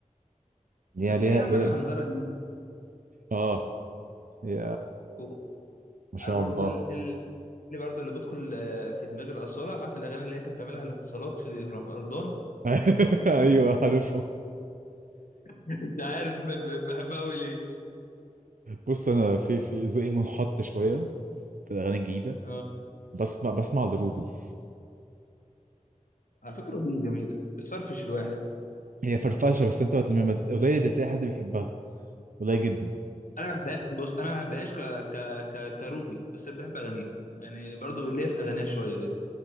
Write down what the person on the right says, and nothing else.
ليها
ليها
ليها
اه هي
ما شاء
الله
<laughs> ايوه عارفه
بص انا في في ذوقي منحط شويه في الاغاني الجديده
بسمع بسمع لروبي
هي فرفشه بس انت مت- مت- قليل اللي تلاقي حد بيحبها قليل جدا